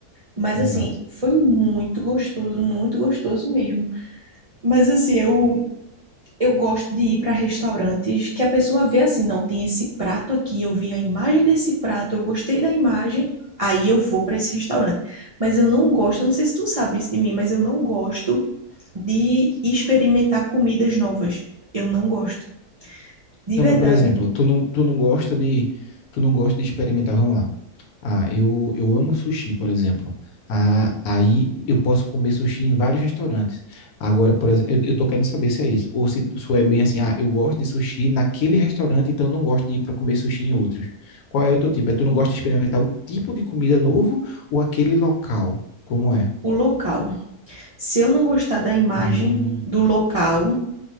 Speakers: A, on the right (about 55°); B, on the left (about 75°).
A: Mas
B: exato.
A: assim, foi muito gostoso, muito gostoso mesmo. Mas assim, eu Eu gosto de ir para restaurantes que a pessoa vê assim, não, tem esse prato aqui, eu vi a imagem desse prato, eu gostei da imagem, aí eu vou para esse restaurante. Mas eu não gosto, eu não sei se tu sabe isso de mim, mas eu não gosto de experimentar comidas novas. Eu não gosto, de
B: Não,
A: verdade.
B: mas por exemplo, tu não, tu não gosta de, tu não gosta de experimentar, vamos lá. Ah, eu, eu amo sushi, por exemplo. Ah, aí eu posso comer sushi em vários restaurantes. Agora, por exemplo, eu, eu tô querendo saber se é isso. Ou se, se é bem assim, ah, eu gosto de sushi naquele restaurante, então não gosto de ir para comer sushi em outros. Qual é o teu tipo? É tu não gosta de experimentar o tipo de comida novo ou aquele local? Como é?
A: O local. Se eu não gostar da imagem
B: Hum,
A: do local,